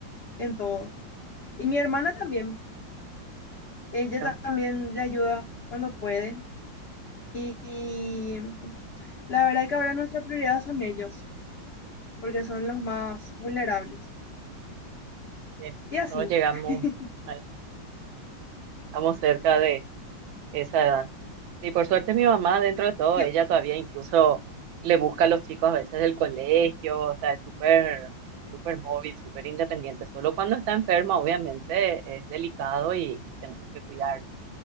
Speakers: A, on the left (about 70°); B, on the right (about 80°).
A: en todo. Y mi hermana también. Ella
B: ¿no?
A: ta- también le ayuda cuando puede. Y, y la verdad que ahora nuestra prioridad son ellos, porque son los más vulnerables.
B: Sí,
A: Y así.
B: todos llegamos,
A: <laughs>
B: a- estamos cerca de... esa edad. Y por suerte mi mamá, dentro de todo,
A: ¿Y,
B: ella todavía incluso le busca a los chicos a veces del colegio, o sea, es súper, súper móvil, súper independiente. Solo cuando está enferma, obviamente, es delicado y tenemos que cuidarla.